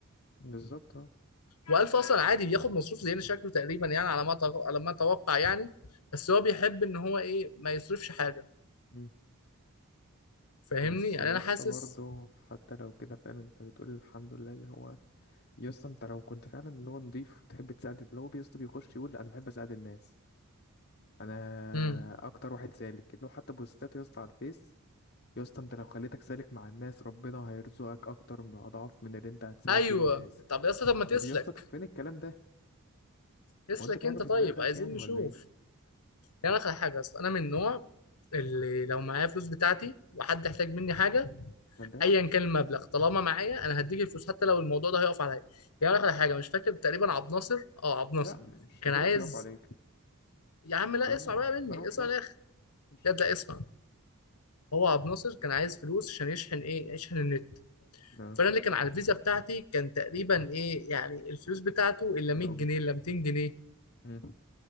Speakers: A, on the left; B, on the left.
A: بالظبط
B: و1000 اصلا عادي بياخد مصروف زينا شكله تقريبا يعني على ما أتغ- على ما اتوقع يعني بس هو بيحب ان هو ايه ما يصرفش حاجه
A: أهو
B: فاهمني
A: بس
B: يعني
A: يا
B: انا
A: اسطى
B: حاسس
A: برضه حتى لو كده فاهم انت بتقول الحمد لله اللي هو يا اسطى انت لو كنت فعلا اللي هو نضيف وبتحب تساعد اللي هو يا اسطى بيخش يقول انا بحب اساعد الناس انا
B: امم
A: اكتر واحد سالك اللي هو حتى بوستات يا اسطى على الفيس يا اسطى انت لو خليتك سالك مع الناس ربنا هيرزقك اكتر باضعاف من اللي انت هتساعد
B: ايوه
A: بيه الناس
B: طب يا اسطى طب ما تسلك
A: طب يا اسطى طب فين الكلام ده
B: اسلك
A: هو انت في
B: انت
A: حاجه في
B: طيب
A: دماغك
B: عايزين
A: يعني
B: نشوف
A: ولا ايه
B: يعني انا حاجه اصلا انا من النوع اللي لو معايا فلوس بتاعتي وحد احتاج مني حاجه
A: ده
B: ايا كان المبلغ طالما معايا انا هديك الفلوس حتى لو الموضوع ده هيقف عليا يعني اقول لك على حاجه مش فاكر تقريبا عبد ناصر اه عبد ناصر
A: لا مش
B: كان
A: لدرجه
B: عايز
A: يقف عليك
B: يا عم لا
A: طالما
B: اسمع بقى مني
A: طالما مش
B: اسمع
A: هيأثر
B: الاخر
A: ماشي
B: ياد لا اسمع هو عبد ناصر كان عايز فلوس عشان يشحن ايه يشحن النت
A: نعم
B: فانا اللي كان على الفيزا بتاعتي كان تقريبا ايه يعني الفلوس بتاعته الا
A: يا
B: 100
A: دوبك
B: جنيه الا 200 جنيه
A: مم.